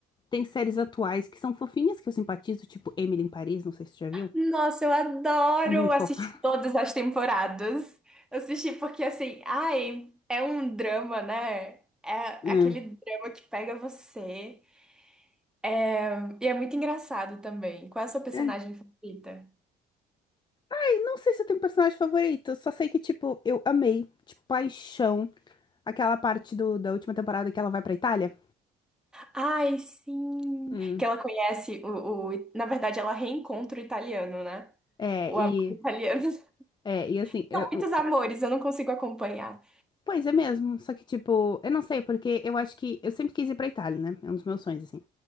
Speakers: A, on the left; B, in the centre.
A: Tem séries atuais que são fofinhas, que eu simpatizo, tipo Emily em Paris, não sei se você já viu.
B: Nossa, eu adoro
A: É muito
B: assistir
A: fofa.
B: todas as temporadas. Eu Assisti porque, assim, ai, é um drama, né? É
A: Hum.
B: aquele drama que pega você. É, E é muito engraçado também. Qual é a sua personagem
A: É.
B: favorita?
A: E Não sei se eu tenho personagem favorito, só sei que, tipo, eu amei, tipo, paixão, aquela parte do, da última temporada que ela vai pra Itália.
B: Ai, sim!
A: Hum.
B: Que ela conhece o, o... Na verdade, ela reencontra o italiano, né?
A: É,
B: O
A: e.
B: amor italiano. <laughs> São
A: É, e assim, eu-
B: muitos
A: o-
B: amores, eu não consigo acompanhar.
A: pois é mesmo, só que, tipo, eu não sei, porque eu acho que eu sempre quis ir pra Itália, né? É um dos meus sonhos, assim.